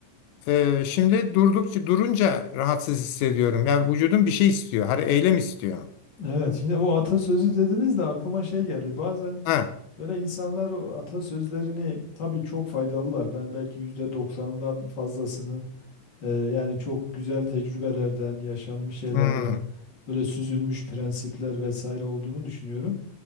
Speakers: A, on the left; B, on the left.
A: Ee, şimdi durdukça durunca rahatsız hissediyorum. Yani vücudum bir şey istiyor. Hani eylem istiyor.
B: evet. Şimdi o atasözü dediniz de aklıma şey geldi. Bazen
A: Ha.
B: Böyle insanlar o atasözlerini tabii çok faydalılar. Ben belki yüzde doksanından fazlasının e, yani çok güzel tecrübelerden, yaşanmış şeylerden
A: Hmm.
B: böyle süzülmüş prensipler vesaire olduğunu düşünüyorum.